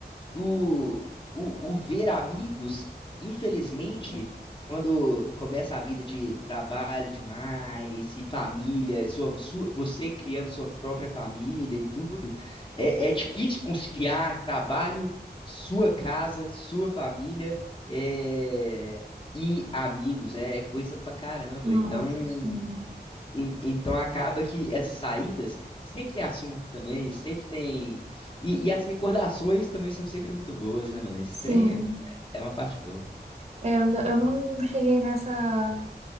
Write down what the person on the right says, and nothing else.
Nossa,
sim.
Sim.
É, eu, ainda- eu não cheguei nessa.